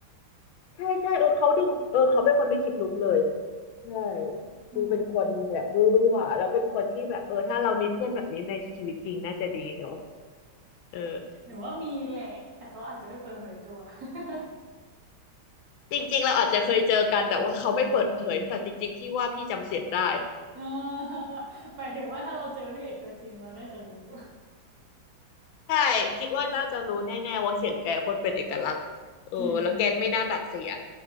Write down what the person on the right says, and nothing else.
อืม
หนูว่ามีแหละแต่เขาอาจจะไม่เปิดเผยตัว <laughs>
เออหมายถึงว่าถ้าเราเจอพี่เอกตัวจริงเราน่าจะรู้
จริง